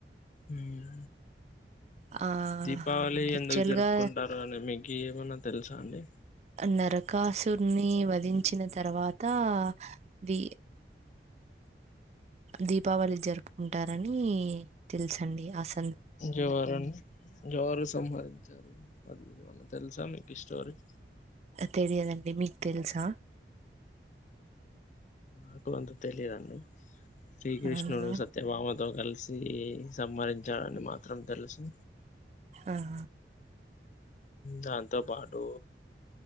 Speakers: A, on the left (about 45°); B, on the right (about 40°).
A: ఉమ్
B: ఆ
A: దీపావళి
B: యాక్చువల్గా
A: ఎందుకు జరుపుకుంటారో అని మీకీ ఏమన్నా తెలుసా అండి?
B: నరకాసుర్ని వధించిన తర్వాత ది దీపావళి జరుపుకుంటారని తెలుసండి, ఆస్
A: జవరుని జవరు సంహరించారు, అది ఎమన్న తెలుసా మీకు స్టోరీ?
B: తెయదండి. తెలుసా?
A: మాకు అంత తెలియదండి, శ్రీకృష్ణుడు
B: అవునా
A: సత్యభామతో కలిసి సి సమ్మరించాలని మాత్రం తెలుసు.
B: ఆహా
A: దాంతో పాటు